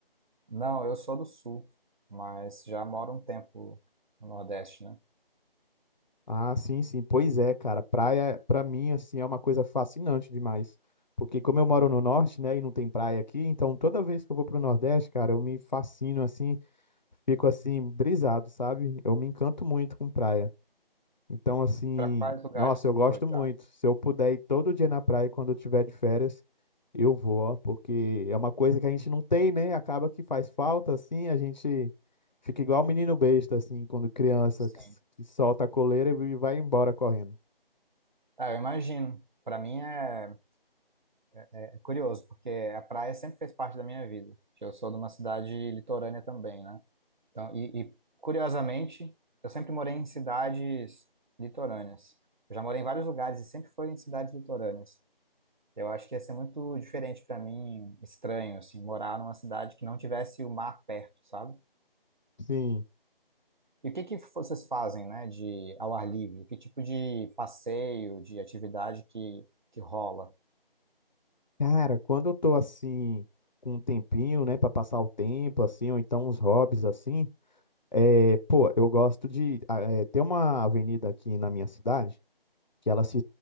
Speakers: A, on the right; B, on the left.
A: Não, eu sou do sul, mas já moro um tempo no Nordeste, né?
B: Ah, sim, sim. Pois é, cara. Praia, pra mim, assim, é uma coisa fascinante demais. Porque como eu moro no norte, né, e não tem praia aqui, então toda vez que eu vou pro Nordeste, cara, eu me fascino, assim, fico assim, brisado, sabe? Eu me encanto muito com praia. Então, assim,
A: Pra quais lugares
B: nossa, eu
A: tu
B: gosto
A: foi já?
B: muito. Se eu puder ir todo dia na praia quando eu tiver de férias, eu vou, ó, porque é uma coisa que a gente não tem, né? Acaba que faz falta, assim, a gente fica igual o menino besta, assim, quando criança,
A: Sim.
B: que, s- que solta a coleira e vai embora correndo.
A: Ah, eu imagino. Pra mim é, é curioso, porque a praia sempre fez parte da minha vida. Eu sou de uma cidade litorânea também, né? Então, e, e, curiosamente, eu sempre morei em cidades litorâneas. Eu já morei em vários lugares e sempre foi em cidades litorâneas. Eu acho que ia ser muito diferente para mim, estranho, assim, morar numa cidade que não tivesse o mar perto, sabe?
B: Sim.
A: E o que que vocês fazem, né, de ao ar livre? Que tipo de passeio, de atividade que, que rola?
B: Cara, quando eu tô assim, com um tempinho, né, pra passar o tempo, assim, ou então uns hobbies, assim, é, pô, eu gosto de ah, é, ter uma avenida aqui na minha cidade que ela se,